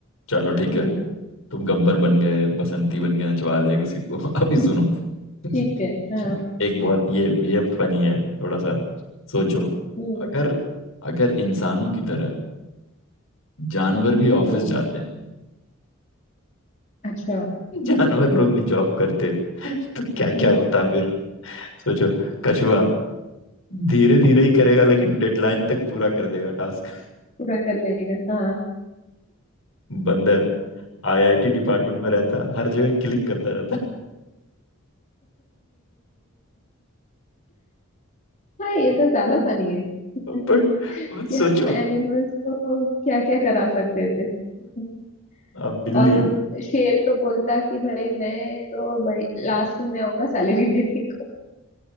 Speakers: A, on the left; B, on the left.
A: चलो ठीक
B: हम्म
A: है तुम गब्बर बन गए बसंती बन गए नचवा लिया किसी को <laughs> अभी सुनो <laughs>
B: ठीक है हाँ
A: एक बहुत ये ये फनी है थोड़ा सा सोचो
B: हम्म
A: अगर अगर इंसानों की तरह जानवर भी ऑफिस
B: हम्म
A: जाते हैं
B: अच्छा
A: <laughs> जानवर लोग भी जॉब करते तो क्या क्या
B: हम्म
A: होता फिर सोचो कछुआ धीरे धीरे ही करेगा
B: पू-
A: लेकिन डेडलाइन तक पूरा कर देगा टास्क
B: पूरा कर लेगा हाँ
A: बंदर आईआईटी
B: <laughs>
A: डिपार्टमेंट में रहता हर जगह क्लिक करता रहता
B: हाँ ये तो ज्यादा
A: <laughs>
B: फनी है
A: बट
B: <laughs> कि
A: बट
B: हम
A: सोचो
B: एनिमल्स को क्या क्या करा सकते थे <laughs>
A: अब बिल्ली
B: और शेर तो बोलता कि भाई मैं तो भाई लास्ट में आऊंगा सैलरी लेने को